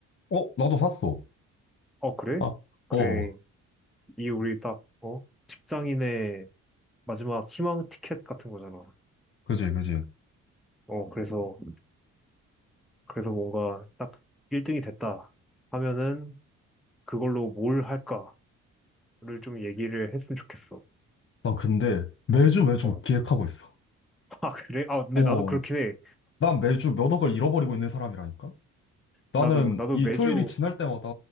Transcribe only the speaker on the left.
어, 나도 샀어.
아,
어,
그지, 그지.
난 근데 매주 매주
기획하고 있어.
어,
난 매주 몇 억을 잃어버리고 있는 사람이라니까? 나는
이
토요일이 지날 때마다